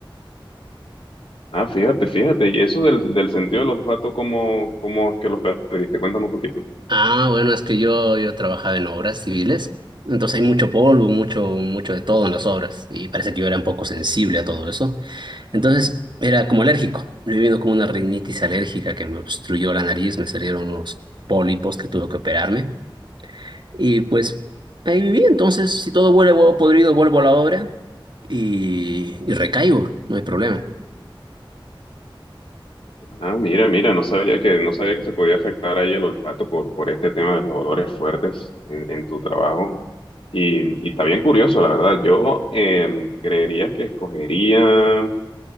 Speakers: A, on the left; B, on the right.
A: Ah, fíjate, fíjate. Y eso del, del sentido del olfato, ¿cómo, cómo es que lo perdiste? Cuéntame un poquito.
B: Ah, bueno, es que yo, yo trabajaba en obras civiles, entonces hay mucho polvo, mucho, mucho de todo en las obras y parece que yo era un poco sensible a todo eso. Entonces era como alérgico. Me vino como una rinitis alérgica que me obstruyó la nariz, me salieron unos pólipos que tuve que operarme. Y pues ahí viví. Entonces, si todo huele a huevo podrido, vuelvo a la obra y, y recaigo, no hay problema.
A: Ah, mira, mira, no sabía que, no sabía que se podía afectar ahí el olfato por, por este tema de los olores fuertes en, en tu trabajo. Y, y está bien curioso, la verdad. Yo em, creería que escogería